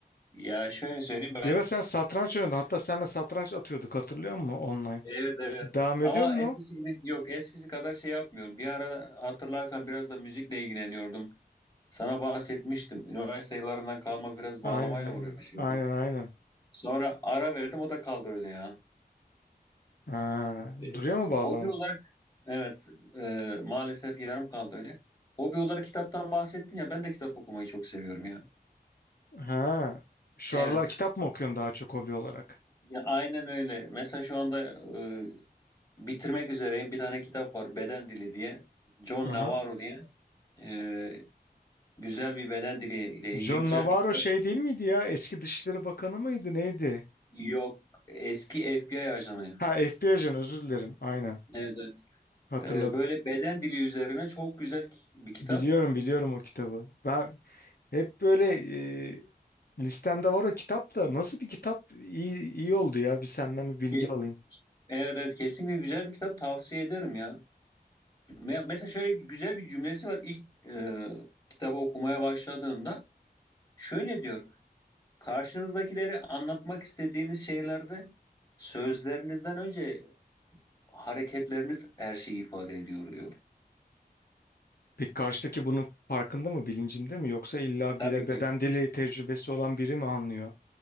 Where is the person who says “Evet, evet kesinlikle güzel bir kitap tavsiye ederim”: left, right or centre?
Left